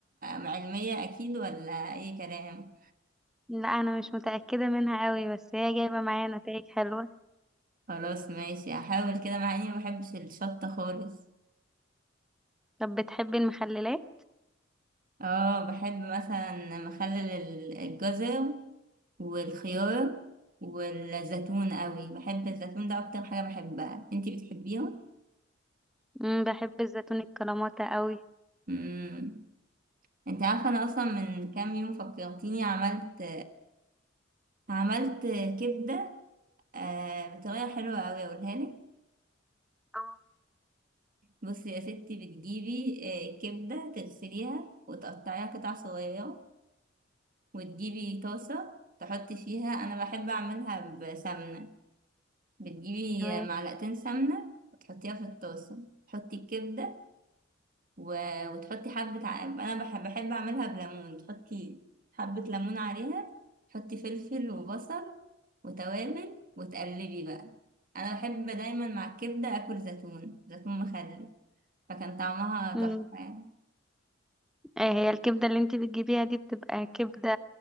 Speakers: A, on the right (about 45°); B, in the centre.
A: م- علمية اكيد ولا اي كلام
B: لا انا مش متأكدة منها قوي بس هي جايبة معايا نتائج حلوة
A: خلاص ماشي هحاول كده مع اني ما بحبش الشطة خالص
B: طب بتحبي المخللات
A: اه بحب مثلا مخلل ال- الجزر والخيار والزيتون قوي بحب الزيتون ده اكتر حاجة بحبها انتي بتحبيها
B: امم بحب الزيتون الكلاماتا قوي
A: امم انت عارفة انا اصلا من كام يوم فكرتيني عملت عملت كبدة آه بطريقة حلوة قوي اقولها لك
B: اه
A: بصي يا ستي بتجيبي آه، كبدة تغسليها وتقطعيها قطع صغيرة وتجيبي طاسة تحطي فيها انا بحب اعملها بسمنة بتجيبي
B: تمام
A: معلقتين سمنة وتحطيها في الطاسة تحطي الكبدة و... وتحطي حبة ع... أنا بحب, بحب أعملها بليمون تحطي حبة ليمون عليها تحطي فلفل وبصل وتوابل وتقلبي بقى أنا بحب دايما مع الكبدة أكل زيتون زيتون مخلل فكان طعمها
B: امم
A: تحفة يعني
B: ايه هي الكبدة اللي انتي بتجيبيها دي بتبقى كبدة